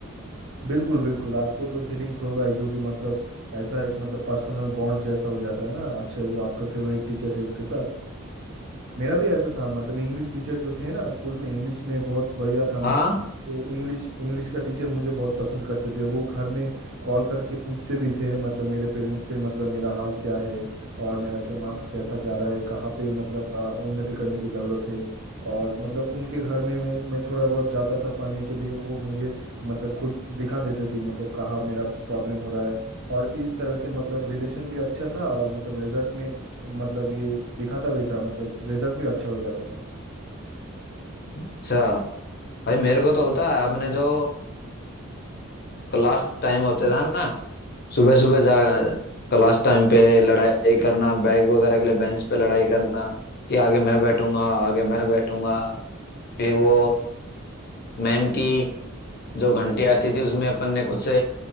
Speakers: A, on the right (about 60°); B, on the left (about 50°).
A: बिल्कुल बिल्कुल आपको तो फीलिंग्स होगा ही क्योंकि मतलब ऐसा एक मतलब पर्सनल बॉन्ड जैसा हो जाता है ना अच्छा जो आपका फेवरेट टीचर है उसके साथ मेरा भी ऐसा था मतलब इंग्लिश टीचर जो थे ना स्कूल में इंग्लिश में बहुत बढ़िया था मैं
B: हाँ
A: तो इंग्लिश इंग्लिश का टीचर मुझे बहुत पसंद करते थे वो घर में कॉल करके पूछते भी थे मतलब मेरे पेरेंट्स से मतलब मेरा हाल क्या है और मेरा के मार्क्स कैसा जा रहा है कहाँ पे मतलब अ, उन्नति करने की ज़रूरत है और मतलब उनके घर में मैं मैं थोड़ा बहुत जाता था पढ़ने के लिए वो मुझे मतलब खुद दिखा देते थे मतलब कहाँ मेरा प्रॉब्लम हो रहा है और इस तरह से मतलब रिलेशन भी अच्छा था और मतलब रिजल्ट में मतलब ये दिखाता भी था मतलब रिजल्ट भी अच्छा हो जाता था
B: अच्छा भाई मेरे को तो होता है आपने जो क्लास टाइम होते था ना सुबह सुबह जा क्लास टाइम पे लड़ाई करना बैग वगैरह के लिए बेंच पे लड़ाई करना कि आगे मैं बैठूंगा आगे मैं बैठूंगा फिर वो मैम की जो घंटी आती थी उसमें अपन ने कुछ से